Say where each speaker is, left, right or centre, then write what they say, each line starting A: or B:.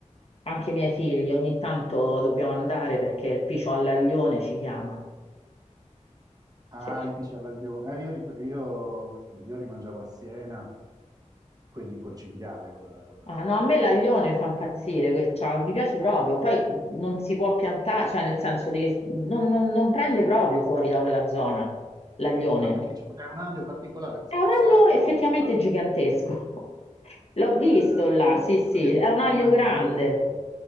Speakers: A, on the left; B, on the right.
A: anche i miei figli ogni tanto dobbiamo andare perché il Picio all'aglione ci chiama.
B: Ah,
A: Sì.
B: i pisci alla Lione. Eh, io, li, io, sì, io li mangiavo a Siena Quelli col cinghiale, con la, con la-
A: Ah, no, a me l'aglione mi fa impazzire, que- cioè, mi piace proprio, poi non si può piantare, cioè nel senso di, non non- non prende proprio fuori da quella zona l'aglione.
B: Ma perché c'è pure un aglio particolare? Pensavo
A: È un aglio
B: fosse aglio...
A: effettivamente
B: Vabbè.
A: gigantesco. <laughs> L'ho
B: Ah,
A: visto là, sì, sì,
B: quello
A: è
B: si
A: un aglio
B: chiama aglio...
A: grande.